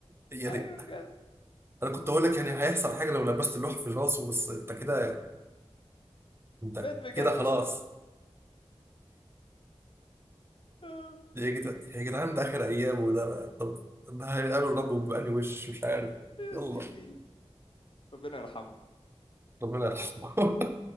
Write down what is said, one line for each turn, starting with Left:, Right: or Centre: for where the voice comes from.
Right: يعني
Left: ايوه بجد
Right: انا كنت اقول لك يعني هيحصل حاجه لو لبست اللوح في راسه بس انت كده انت
Left: مات بجد
Right: كده خلاص
Left: <laughs>
Right: يا جدعان يا جدعان ده اخر ايامه وده طب ده هيقابل ربه بأني وش مش عارف
Left: يا
Right: يلا
Left: سيدي ربنا يرحمه
Right: ربنا يرحمه <laughs>